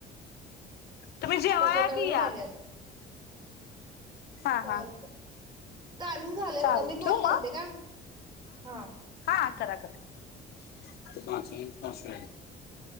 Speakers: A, on the left (about 70°); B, on the right (about 25°).
A: तुम्ही जेवाया
B: तस नवीनच
A: की या.
B: आलय आता
A: हा
B: चालतं
A: हा
B: टामिंग झालंय
A: चालेल
B: बघा मी कॉल
A: ठेवू
B: करते
A: मग
B: काय हा
A: हा हा करा करा <unintelligible>